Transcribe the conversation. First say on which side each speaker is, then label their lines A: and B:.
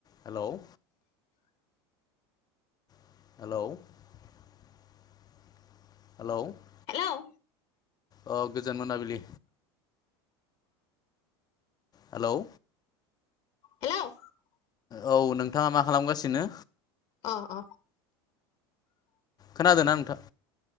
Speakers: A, on the left; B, on the left.
A: हेल' <unintelligible> <unintelligible>
B: हेल'
A: औ गोजोन मोनाबिलि हेल'
B: हेल'
A: औ नोंथाङा मा खालामगासिनो?
B: अ अ
A: खोनादोना नोंथां